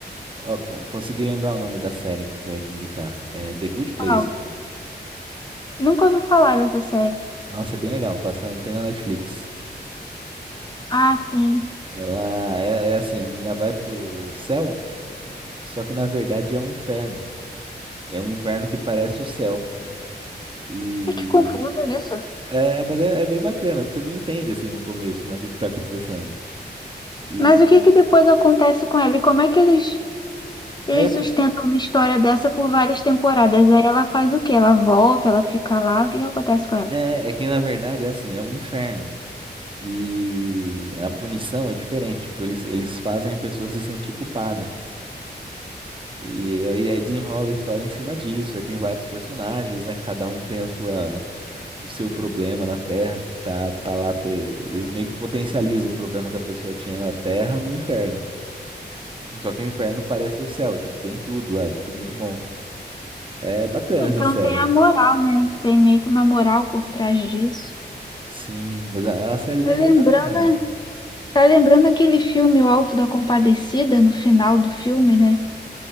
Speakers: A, on the right (about 30°); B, on the left (about 25°).
A: Ó, con- consegui lembrar o nome da série aqui que eu ia te indicar. É The Good Place.
B: Uau, Nunca ouvi falar dessa série.
A: Nossa, é bem legal. Passando, tem na Netflix.
B: Ah, sim.
A: Ela é, é assim, a menina vai pro céu, só que na verdade é um inferno. É um inferno que parece o céu. E
B: É que confuso isso.
A: é, mas é, é bem bacana, porque você não entende assim no começo, né, o que que tá acontecendo. E
B: Mas o que que depois acontece com ela? E como é que eles Eles
A: é, por-
B: sustentam uma história dessa por várias temporadas. Aí ela faz o quê? Ela volta, ela fica lá. O que que acontece com ela?
A: é, é que na verdade é assim, é o inferno. E a punição é diferente, tipo, eles, eles fazem a pessoa se sentir culpada. E aí, aí desenrola a história em cima disso. Aí tem vários personagens, né? Cada um tem a sua, o seu problema na Terra, que tá, tá lá. tá- eles meio que potencializam o problema que a pessoa tinha na Terra no inferno. Só que o inferno parece o céu, tipo, tem tudo lá, é tudo muito bom. É bacana
B: Então
A: essa série.
B: tem a moral, né? Tem meio que uma moral por trás disso.
A: Sim, mas é é uma sériezinha
B: Tá lembrando,
A: bem bacana.
B: né? tá lembrando aquele filme O Alto da Compadecida, no final do filme, né?